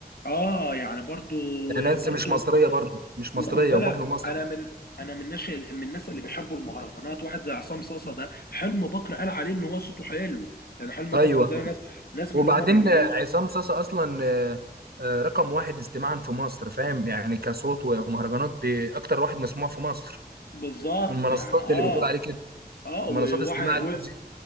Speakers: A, on the left; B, on the right.
A: اه يعني برضو
B: يعني نانسي
A: برضو
B: مش مصريه برضو مش
A: وخد
B: مصريه
A: بالك
B: وبابلو مصري
A: انا من انا من ناس من الناس اللي بيحبوا المهرجانات واحد زي عصام صاصا ده حلم بكر قال عليه ان هو صوته حلو يعني حلم
B: ايوه
A: بكر ده ناس ناس من
B: وبعدين
A: اللي هم بيميزوا
B: عصام صاصا اصلا آه، آه، رقم واحد استماعا في مصر فاهم يعني كصوت ومهرجانات باكتر واحد مسموع في مصر
A: بالظبط
B: من المنصات
A: يعني اه
B: اللي بتقول عليه كده
A: اه
B: منصات
A: وواحد
B: استماع
A: و-
B: الموسيقى